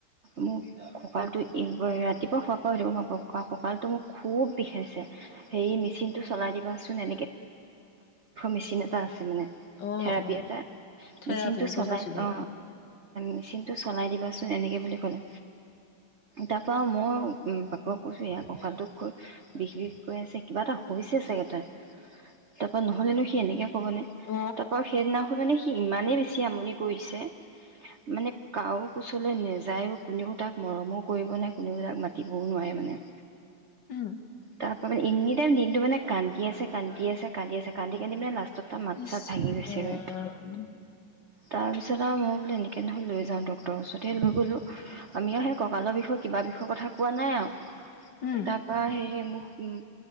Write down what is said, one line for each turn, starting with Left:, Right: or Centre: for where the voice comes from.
Right: মোক কঁকালটো ৰাতিপুৱা শোৱাৰ পৰা কঁকালটো মোক খুব বিষাই মেচিনটো চলাই দিবাচোন মেছিন এটা আছে
Left: অ
Right: থেৰাপি
Left: অ
Right: এটা
Left: থেৰাপি
Right: মেচিনটো
Left: গম
Right: চলাই
Left: পাইছো দিয়া
Right: অ মেচিনটো চলাই দিবাচোন এনেকে বুলি ক'লে তাৰ পৰা মই বাপেকক কৈছো ইয়াৰ ককালটো খুব বিষ বিষ কৈ আছে কিবা এটা হৈছে চাগে তাৰ নহলেনো সি এনেকে হ'বনে
Left: অ
Right: তাৰপা সেইদিনা মানে সি ইমানেই বেছি আমনি কৰিছে মানে কাৰো কোচলৈ নাযায়ো কোনেও তাক মৰমো কৰিব নোৱাৰে কোনেও তাক মাতিবও নোৱাৰে মানে
Left: উম
Right: তাৰপৰা মানে এনি টাইম দিনটো মানে কান্দি এ আছে কান্দি আছে কান্দি আছে কান্দি কান্দি মানে তাৰ মাত
Left: নি <unintelligible>
Right: চাত ভাঙি গৈছেগৈ তাৰপিছত আৰু মই বোলে এনেকৈ নহ'য় লৈ যাওঁ তাৰ পাছতে মই বোলো ডক্টৰৰ ওচৰতে লৈ গ'লো আমি আৰু সেই কঁকালৰ বিষয়ে কিবা বিষয়ে কথা কোৱা নাই আৰু
Left: উম
Right: তাৰ পৰা হেৰি মোক উম